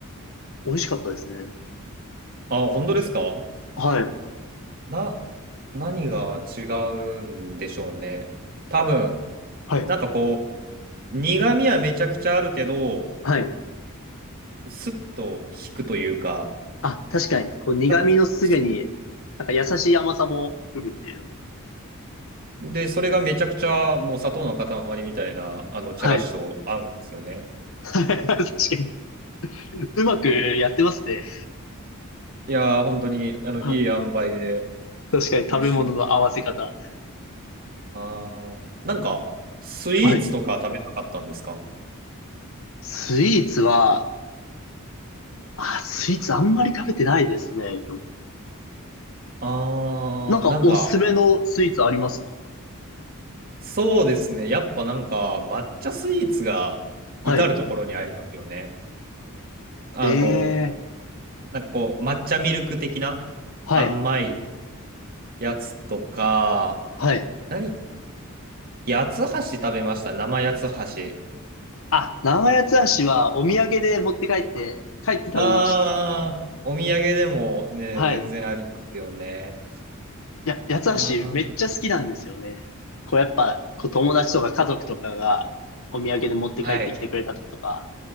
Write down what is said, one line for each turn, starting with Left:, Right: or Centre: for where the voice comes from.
Left: 美味しかったですね。
Right: あ、本当ですか
Left: はい。
Right: な、何が違うんでしょうね。多分、
Left: はい。
Right: なんかこう、苦味はめちゃくちゃあるけど、
Left: はい。
Right: スッと引くというか、
Left: あ、確かに、こう、苦味のすぐに、
Right: なんか、す
Left: なんか優しい甘さも来るっていうのも。
Right: で、それがめちゃくちゃもう砂糖の塊みたいな、あの、茶菓子と合うんですよね。
Left: はい。<laughs> 確かに。うまくやってますね。
Right: いやー、本当に、あの、
Left: あ
Right: いい塩梅で
Left: 確かに、
Right: 美味しい。
Left: 食べ物の合わせ方。
Right: あー、なんか、スイーツとか食べなかったんですか
Left: はい。スイーツは、あ、スイーツあんまり食べてないですね。今日
Right: あー、
Left: なんか、
Right: なんか、
Left: おすすめのスイーツありますか
Right: そうですね。やっぱなんか、抹茶スイーツが至るところにありますよね。
Left: はい。
Right: あの、
Left: あ、ええ
Right: なんかこう、抹茶ミルク的な
Left: はい、
Right: 甘いやつとか、
Left: はい。
Right: 何、八つ橋食べました。生八つ橋。
Left: あ、生八つ橋はお土産で持って帰って、帰って食べました。
Right: ああ、お土産でもね、
Left: はい。
Right: 全然ありますよね。
Left: いや、八つ橋めっちゃ好きなんですよね。
Right: ああ、
Left: こうやっぱ、こう友達とか家族とかがお土産で持って帰ってきてくれた時とか、
Right: はい、